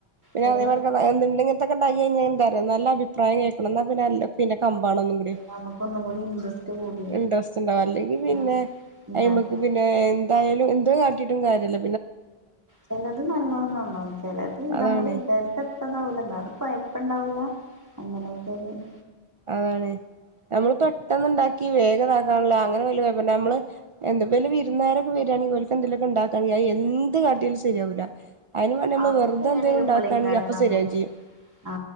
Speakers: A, on the right (about 50°); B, on the right (about 15°).
A: പിന്നെ
B: ചെല
A: <unintelligible> എണ്ടെങ്കത്തൊക്കെ ഉണ്ടാക്കി കഴിഞ്ഞ- എന്ത നല്ല അഭിപ്രായം കേൾക്കണം എന്നാ പിന്നെ എല്ല പിന്നെ കമ്പാണ് ഒന്നും കൂടി
B: നമുക്കൊന്നും കൂടി ഇൻട്രസ്റ്റ് കൂടി
A: ഇൻട്രസ്റ്റ് ഇണ്ടാവും അല്ലെങ്കിൽ പിന്നെ
B: ആ ഇണ്ടാക്കാ
A: അയ്മക്ക് പിന്നെ എന്തായാലും എന്ത് കാട്ടിട്ടും കാര്യമില്ല
B: ചിലത് നല്ലോണം നന്നാവും ചിലത്
A: അതാണ്
B: നമ്മള് വിചാരിച്ചത്ര ഇതാവൂല എന്നാലും കുഴപ്പമില്ല ഇപ്പണ്ടാവൂല അങ്ങനെയൊക്കെയൊരു-
A: അതാണ് നമ്മൾ പെട്ടെന്ന് ഇണ്ടാക്കി വേഗം ഇതക്കാനുള്ള അന ഞമ്മള് എന്ത് വല്ല വിരുന്നരൊക്കെ വരുവാണേൽ ഓല്ക്ക് എന്തെലൊക്കെ ഇണ്ടാക്കാ വിചാരിച്ച എന്ത് കാട്ടിയാലും ശരിയാകില്ല ശരിയാവൂല അതിന് വേണ്ടി
B: <unintelligible>
A: നമ്മള് വെറുതെ എന്തേലും ഉണ്ടാക്കുകയാണെങ്കിൽ അപ്പൊ
B: നമ്മക്ക്
A: ശരിയാവും ചെയ്യും
B: ആ